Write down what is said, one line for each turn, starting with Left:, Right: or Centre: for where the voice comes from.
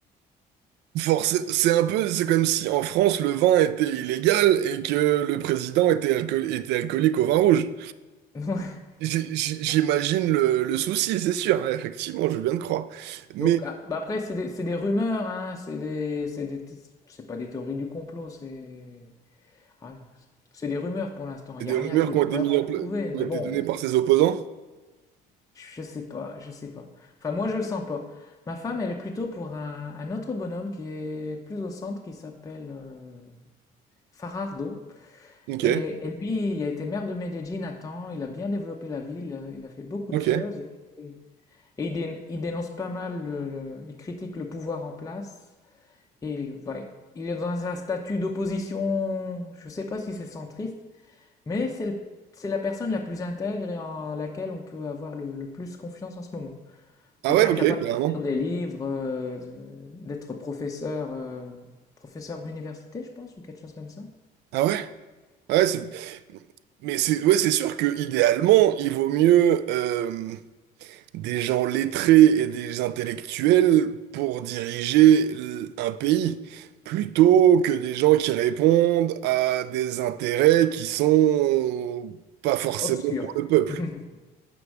Right: forcément, c'est un peu, c'est comme si en France le vin était illégal et que le président était, alcool- était alcoolique au vin rouge.
Left: <laughs>
Right: J'ai- j'ai- J'imagine le, le souci, c'est sûr, hein, effectivement, je viens de croire. Mais
Left: Donc, ah, bah après, c'est des, c'est des rumeurs, hein, c'est des, c'est des, c'est pas des théories du complot, c'est. Ah, c'est des rumeurs pour l'instant,
Right: c'est
Left: il n'y
Right: des
Left: a
Right: rumeurs
Left: rien qui
Right: qui
Left: est
Right: ont
Left: vraiment
Right: été mises en pla-
Left: prouvé,
Right: qui
Left: mais
Right: ont été
Left: bon,
Right: données
Left: il-
Right: par ses opposants.
Left: je sais pas, je sais pas. Enfin, moi, je le sens pas. Ma femme, elle est plutôt pour un, un autre bonhomme qui est plus au centre, qui s'appelle euh, Farardo.
Right: Ok,
Left: Et, et lui, il a été maire de Medellín à temps, il a bien développé la ville, euh, il a fait beaucoup
Right: ok.
Left: de choses. Et, et il, dé- il dénonce pas mal, le- le- il critique le pouvoir en place. Et il, va- il est dans un statut d'opposition, je sais pas si c'est centriste, Mais c'est le- c'est la personne la plus intègre et en laquelle on peut avoir le, le plus confiance en ce moment.
Right: Ah
Left: Quelqu'un
Right: ouais, ok,
Left: capable
Right: carrément.
Left: d'écrire des livres, euh, de- d'être professeur, euh, professeur d'université, je pense, ou quelque chose comme ça.
Right: Ah ouais, Ah ouais, c'est... Mais c'est ouais, c'est sûr que idéalement, il vaut mieux euh, des gens lettrés et des intellectuels pour diriger l- un pays, plutôt que des gens qui répondent à des intérêts qui sont pas forcément
Left: Obscur.
Right: pour le peuple.
Left: <laughs>